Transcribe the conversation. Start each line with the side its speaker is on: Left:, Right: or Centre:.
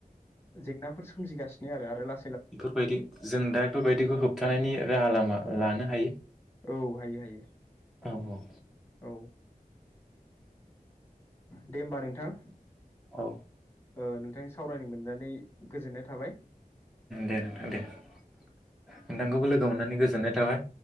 Left: जेंनाफोर सोमजिगासिनो आरो आरो ला
Centre: बेफोरबायदि जों दा बेफोरबायदिखौ होबथानायनि राहा लामा लानो हायो।
Left: औ हायो हायो।
Centre: औ औ
Left: औ ओ दे होमबा नोंथां।
Centre: औ ।
Left: ओ नोंथांनि सावरायनो मोननानै गोजोननाय थाबाय
Centre: दे नोंथां दे नोंथांखौबो लोगो मोननानै गोजोननाय थाबाय